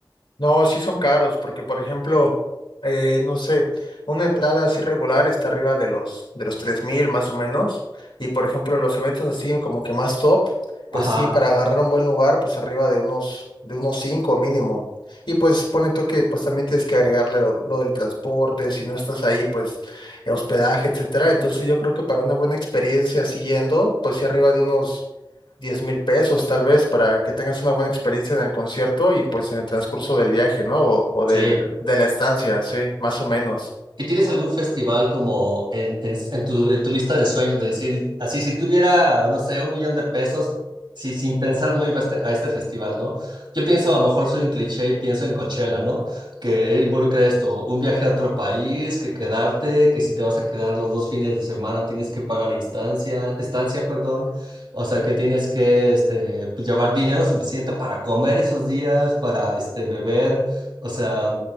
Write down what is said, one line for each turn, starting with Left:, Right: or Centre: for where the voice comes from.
Left: No, sí son caros, porque por ejemplo, eh, no sé, una entrada así regular está arriba de los de los 3000 más o menos, y por ejemplo, los eventos así como que más top,
Right: Ajá,
Left: pues sí, para agarrar un buen lugar, pues arriba de unos de unos 5 mínimo. Y pues pone tú que pues también tienes que agregarle lo, lo del transporte, si no estás ahí, pues eh, hospedaje, etcétera. Entonces yo creo que para una buena experiencia siguiendo, pues sí arriba de unos diez mil pesos tal vez para que tengas una buena experiencia en el concierto y pues en el transcurso del viaje, ¿no? O, o
Right: sí.
Left: del, de la estancia, sí, más o menos.
Right: ¿Y tienes algún festival como en, en- en tu, en tu lista de sueños de decir, así si tuviera, no sé, un millón de pesos, si sin pensarlo iba a este, a este festival, ¿no? Yo pienso, a lo mejor soy un cliché y pienso en Coachella, ¿no? Que eh, involucra esto, un viaje a otro país, que quedarte, que si te vas a quedar los dos fines de semana tienes que pagar instancia, estancia, perdón. O sea, que tienes que este, pues, llevar dinero suficiente para comer esos días, para este, beber. O sea,